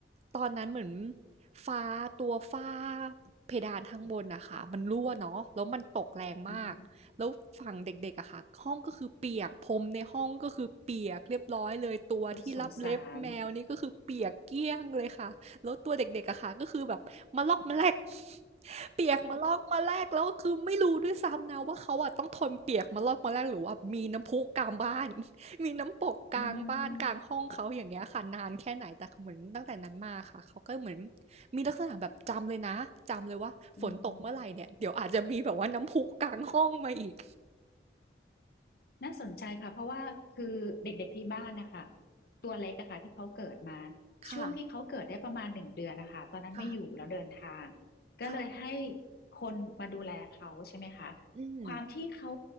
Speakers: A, on the right (about 35°); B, on the left (about 55°).
A: ตอนนั้นเหมือนฟ้าตัวฟ้าเพดานข้างบนนะคะมันรั่วเนาะแล้วมันตกแรงมากแล้วฝั่งเด็กๆอะค่ะห้องก็คือเปียกพรมในห้องก็คือเปียกเรียบร้อยเลยตัวที่รับเล็บแมวนี่ก็คือเปียกเกลี้ยงเลยค่ะ
B: อืมโอ้สงสาร
A: แล้วตัวเด็กๆอะค่ะก็คือแบบมาลอกมาแลก <laughs> เปียกมาลอกมาแลกแล้วก็คือไม่รู้ด้วยซ้ำนะว่าเขาอะต้องทนเปียกมาลอกมาแลกหรือว่ามีน้ำพุกลางบ้าน <laughs> มีน้ำปกกลางบ้านกลางห้องเขาอย่างเงี้ยค่ะนานแค่ไหนแต่เหมือนตั้งแต่นั้นมาค่ะเขาก็เหมือน
B: อืม
A: มีลักษณะแบบจำเลยนะจำเลยว่าฝนตกเมื่อไหร่เนี่ยเดี๋ยวอาจจะมีแบบว่าน้ำพุกลางห้องมาอีก
B: อืมน่าสนใจค่ะ เพราะว่าคือเด็กๆที่บ้านนะคะตัวเล็กอะค่ะที่เขาเกิดมา
A: ค่ะ
B: ช่วงที่เขาเกิดได้ประมาณหนึ่งเดือนนะคะตอนนั้นไม่อยู่แล้วเดินทาง
A: ค่ะ
B: ก็เลยให้
A: ค่ะ
B: คนมาดูแลเขาใช่ไหมคะ
A: อืม
B: ความที่เขา